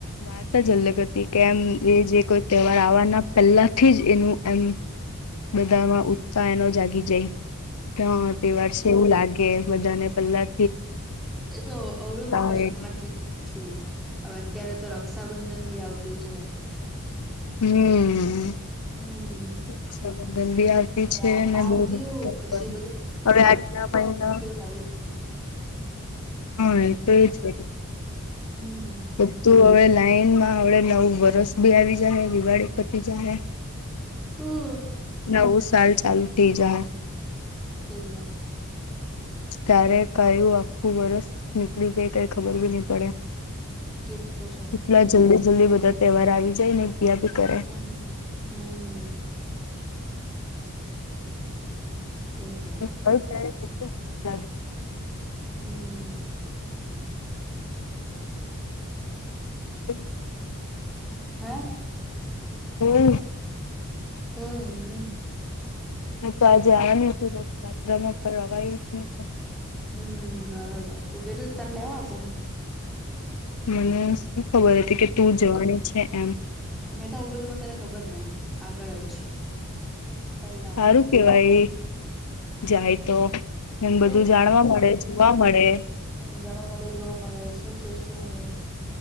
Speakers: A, on the left; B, in the centre.
A: વાત જ અલગ અતી.
B: હમ
A: કે એમ એ જે કોઈ. તહેવાર આવવાના પેલાથી જ એનું એમ બધામાં ઉત્તાયનો જાગી જાય તો. તહેવાર છે એવું લાગે બધાને પેલા
B: એ તો અવે મકરસંક્રાંતિનો
A: હોય એટલે
B: છું અવે અત્યારે તો રક્ષાબંધન બી આવતી છે.
A: હમ
B: હમ...
A: રક્ષાબંધન બી આવતી
B: હવે
A: છે. ને
B: આ
A: બવ
B: ગયું
A: <unintelligible>
B: પછી
A: હવે આટલા મહિના
B: કરાવ્યા જ કર
A: હા એ તો કરે
B: હમ...
A: બધું અવે લાઈનમાં હડે નવું વરસ બી આવી જાહે દિવાળી પતી જાહે.
B: હમ...
A: નવ સાલ ચાલુ થઈ જાહે.
B: તેમન
A: કાર્યા એક કાર્યુ આખું વરસ નીકળી જાય કઈ ખબર બી ની પડે.
B: ઠીક તો સે
A: એટલા જલ્દી જલ્દી બધા તહેવાર આવી જાય ને ગયા બી કરે
B: હમ્મ હમ્.... તેજને
A: <unintelligible>
B: ઉમમ....
A: <unintelligible>
B: હ
A: હમ.
B: કઈ ની
A: હ તો આજે આવાની હતી રથયાત્રામાં પણ અવાય જ નઈ તો.
B: હમમ બરાબર તું કેતે ત તને લેવા આવતે.
A: મને શું ખબર હતી. કે તું જવાની છે એમ.
B: હું બધું તને ખબર ને આગળ જ પેલા
A: હારૂ કેવાય જાય તો. એમ
B: થોડું
A: બધું જાણવા મળે જોવા મળે.
B: જણો મલે જોઓ મળે શું છે શું નહી.